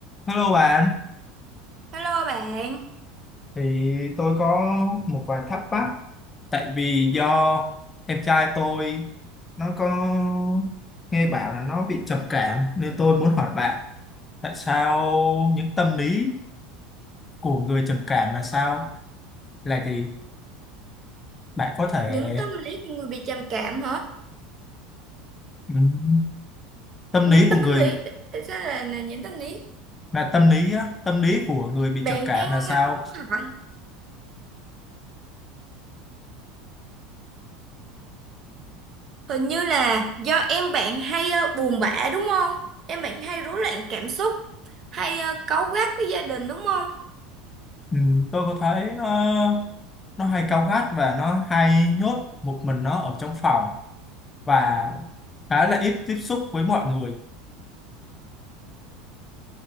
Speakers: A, on the left; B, on the right.
A: Hello bạn,
B: Hello bạn,
A: thì tôi có một vài thắc mắc tại vì do em trai tôi nó có nghe bảo là nó bị trầm cảm nên tôi muốn hỏi bạn tại sao những tâm lý của người trầm cảm là sao? Là gì? Bạn có thể
B: những tâm lý của người bị trầm cảm hả?
A: ừm, tâm
B: Những
A: lý
B: tâm
A: của người
B: lý, tại sao là là những tâm lý?
A: là tâm lý á, tâm lý của người bị
B: Bạn
A: trầm cảm
B: đang
A: là sao?
B: ờ, muốn hỏi, hình như là do em bạn hay ờ, buồn bã đúng không? Em bạn hay rối loạn cảm xúc, hay ờ, cáu gắt với gia đình đúng không?
A: Ừm, tôi có thấy nó nó hay cáu gắt và nó hay nhốt một mình nó ở trong phòng và khá là ít tiếp xúc với mọi người